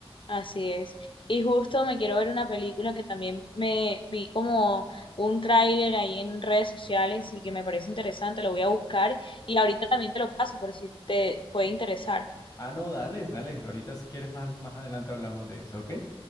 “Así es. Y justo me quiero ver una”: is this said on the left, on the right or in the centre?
Left